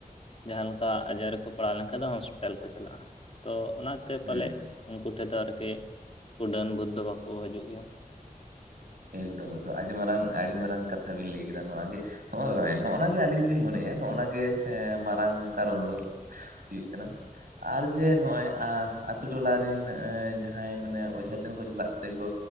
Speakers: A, on the left (about 40°); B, on the right (about 75°).
A: ᱡᱟᱦᱟᱸ ᱞᱮᱠᱟ ᱟᱡᱟᱨ ᱨᱮᱠᱚ ᱯᱟᱲᱟᱣ ᱞᱮᱱᱠᱷᱟᱱ ᱫᱚ ᱾ ᱦᱚᱥᱯᱤᱴᱟᱞ ᱠᱚ ᱪᱟᱞᱟᱜᱼᱟ᱾ ᱛᱚ ᱚᱱᱟ
B: ᱦᱮᱸ
A: ᱯᱟᱞᱮᱫ ᱩᱱᱠᱩ ᱴᱷᱮᱡ ᱫᱚ ᱟᱨᱠᱤ, ᱰᱟᱹᱱ ᱵᱷᱩᱛ ᱫᱚ ᱵᱟᱠᱚ ᱦᱤᱡᱩᱜ ᱜᱮᱭᱟ᱾
B: ᱮᱠᱫᱚᱢ ᱮᱠᱫᱚᱢ, ᱟᱹᱰᱤ ᱢᱟᱨᱟᱝ ᱟᱹᱰᱤ ᱢᱟᱨᱟᱝ ᱠᱟᱛᱷᱟ ᱵᱤᱱ ᱞᱟᱹᱭ ᱠᱮᱫᱟ ᱱᱚᱣᱟ ᱜᱮ ᱦᱳᱭ ᱦᱳᱭ ᱱᱚᱜᱼᱱᱟᱜᱮ ᱟᱹᱞᱤᱧ ᱦᱚᱞᱤᱧ ᱢᱚᱱᱮᱭᱼᱟ ᱾ ᱱᱚᱜᱼᱱᱟ ᱜᱮ‌ᱢᱟᱨᱟᱝ ᱠᱟᱨᱚᱱ ᱫᱚ᱾ ᱦᱩᱭᱩᱜ ᱠᱟᱱᱟ᱾ ᱟᱨ ᱡᱮ ᱱᱚᱜᱼᱚᱭ ᱟᱹᱛᱩ ᱴᱚᱞᱟ ᱨᱮᱱ ᱡᱟᱦᱟᱸᱭ ᱢᱟᱱᱮ ᱚᱡᱷᱟ ᱴᱷᱮᱱ ᱠᱚ ᱪᱟᱞᱟᱜ ᱛᱮᱠᱚ